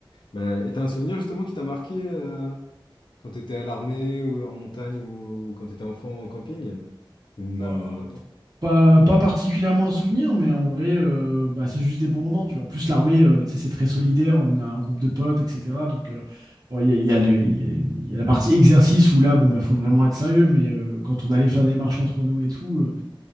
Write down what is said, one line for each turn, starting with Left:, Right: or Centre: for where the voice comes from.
Left: bah, et t'as un souvenir justement qui t'a marqué euh, quand t'étais à l'armée ou en montagne ou quand t'étais enfant en camping? Ou même
Right: Oh,
Left: n'importe.
Right: Pas, pas particulièrement un souvenir, mais en vrai, euh, bah, c'est juste des bons moments. Tu vois. En plus, l'armée, euh, tu sais, c'est très solidaire, on a un groupe de potes, etc. Donc, euh, bon, il y a, il y a le- il y a- il y a la partie exercice où là, bon, bah, faut vraiment être sérieux, mais euh, quand on allait faire des marches entre nous et tout, euh,